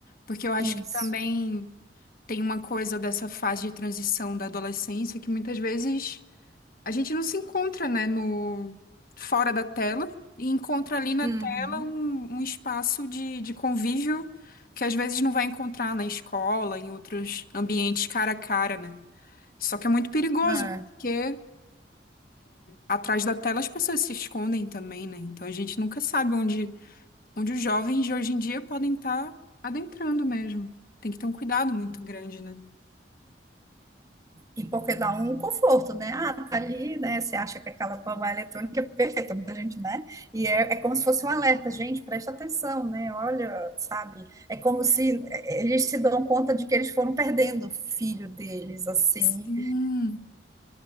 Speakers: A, on the left (about 55°); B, on the right (about 20°).
A: porque eu acho
B: isso.
A: que também tem uma coisa dessa fase de transição da adolescência que muitas vezes A gente não se encontra, né, no fora da tela e encontra ali na
B: Uhum.
A: tela um, um espaço de, de convívio que às vezes não vai encontrar na escola, em outros ambientes cara a cara, né? Só que é muito perigoso,
B: É.
A: porque atrás da tela as pessoas se escondem também, né? Então a gente nunca sabe onde, onde os jovens de hoje em dia podem estar adentrando mesmo. Tem que ter um cuidado muito grande, né?
B: E porque dá um conforto, né? Ah, tá ali, né? Você acha que aquela babá eletrônica é perfeita pra gente, né? E é, é como se fosse um alerta, gente, presta atenção, né? Olha, sabe? É como se é, eles se dão conta de que eles foram perdendo o filho deles, assim,
A: Sim,